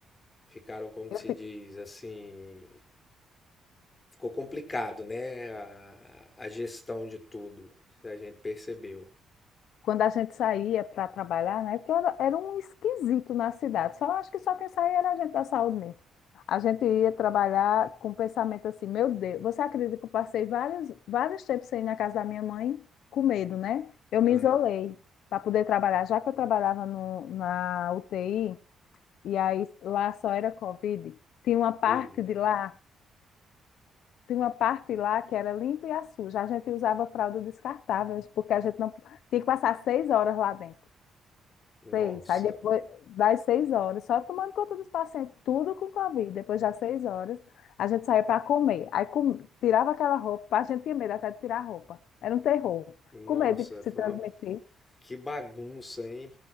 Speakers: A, on the left; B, on the left.
A: ficaram como que
B: Eu
A: se
B: fiquei.
A: diz, assim. Ficou complicado, né? A, a gestão de tudo. A gente percebeu.
B: quando a gente saía para trabalhar, né? Que era, era um esquisito na cidade. Só acho que só quem saía era a gente da saúde mesmo. A gente ia trabalhar com o pensamento assim, meu Deus, você acredita que eu passei vários, vários tempos sem ir na casa da minha mãe com medo, né? Eu me
A: Aham.
B: isolei para poder trabalhar, já que eu trabalhava no, na UTI, e aí lá só era Covid, tinha uma parte
A: E,
B: de lá, tinha uma parte lá que era limpa e suja. A gente usava fralda descartável, porque a gente não tinha que passar seis horas lá dentro.
A: nossa,
B: Seis. Aí depois das seis horas, só tomando conta dos pacientes, tudo com Covid. Depois das seis horas, a gente saía para comer. Aí com- tirava aquela roupa, a gente tinha medo até de tirar a roupa. Era um terror.
A: nossa,
B: Com medo de se
A: foi
B: transmitir.
A: uma... que bagunça, hein?